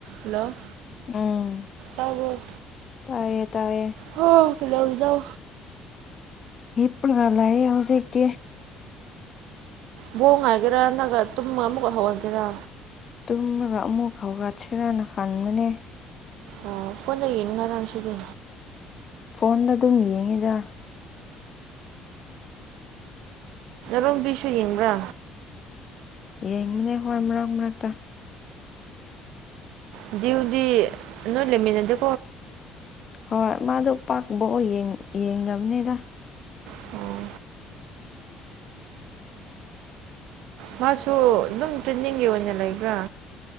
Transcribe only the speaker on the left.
ꯎꯝ
ꯇꯌꯦ ꯇꯌꯦ
ꯒꯤꯄꯅꯒ ꯂꯌꯦ ꯍꯧ ꯀ
ꯇꯨꯝꯂꯒ ꯑꯃꯨꯛ ꯈꯥꯎꯒ ꯁꯤꯔꯅ ꯈꯟꯕꯅꯦ
ꯐꯣꯟꯗ ꯑꯗꯨꯝ ꯌꯦꯡꯉꯦꯖ
ꯑꯦ ꯃꯅꯤ ꯍ ꯃꯔꯥꯛ ꯃꯔꯥꯛꯇ
ꯍꯣꯏ ꯃꯥꯗ ꯄꯥꯛꯄꯑꯣ ꯌꯦꯡꯗꯅꯕꯅꯦꯗ